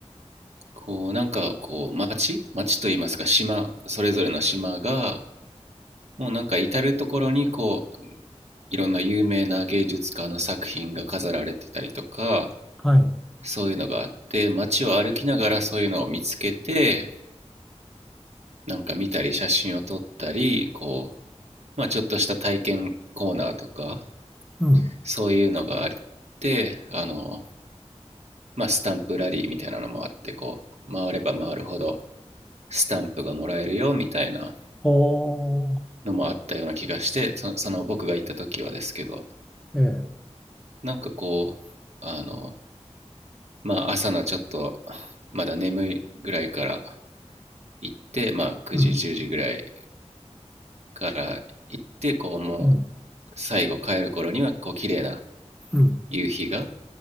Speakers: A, on the right; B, in the centre.
A: こう、なんかこう、町、町といいますか、島、それぞれの島が、もうなんか至る所にこう、いろんな有名な芸術家の作品が飾られてたりとか、
B: はい。
A: そういうのがあって、街を歩きながらそういうのを見つけて、なんか見たり、写真を撮ったり、こう、まあちょっとした体験コーナーとか、
B: うん。
A: そういうのがあってあの、まあ、スタンプラリーみたいなのもあってこう回れば回るほどスタンプがもらえるよみたいな
B: おー。
A: のもあったような気がしてそその僕が行った時はですけど
B: ええ。
A: なんかこうあの、まあ、朝のちょっとまだ眠いぐらいから行って、まあ、9時10時ぐらい
B: うん。
A: から行ってこうもう最後帰る頃にはこう綺麗な
B: うん。うん。
A: 夕日が